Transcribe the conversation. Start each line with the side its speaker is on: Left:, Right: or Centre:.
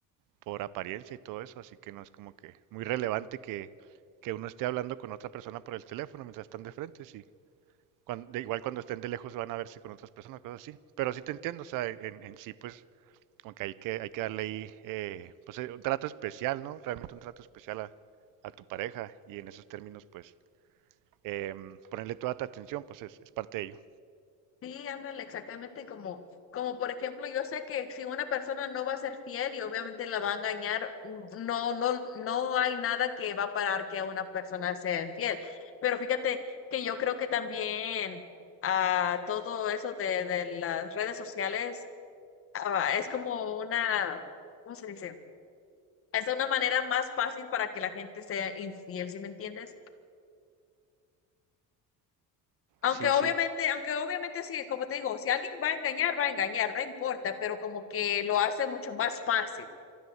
Right: por apariencia y todo eso, así que no es como que muy relevante que, que uno esté hablando con otra persona por el teléfono mientras están de frente, sí. Cuan- de, igual cuando estén de lejos van a verse con otras personas, cosas así. Pero sí te entiendo, o sea, en, en sí, pues, como que hay que, hay que darle ahí, eh, pues, eh, un trato especial, ¿no? Realmente un trato especial a, a tu pareja y en esos términos, pues, em, ponerle toda tu atención, pues, es, es parte de ello.
Left: Sí, ándale, exactamente como, como por ejemplo, yo sé que si una persona no va a ser fiel y obviamente la va a engañar, mm, no, no, no hay nada que va a parar que una persona sea infiel. Pero fíjate que yo creo que también a todo eso de, de las redes sociales ah, es como una, ¿cómo se dice? Es una manera más fácil para que la gente sea infiel, ¿si me entiendes? Aunque
Right: Sí,
Left: obviamente,
Right: sí.
Left: aunque obviamente sí, como te digo, si alguien va a engañar, va a engañar, no importa, pero como que lo hace mucho más fácil.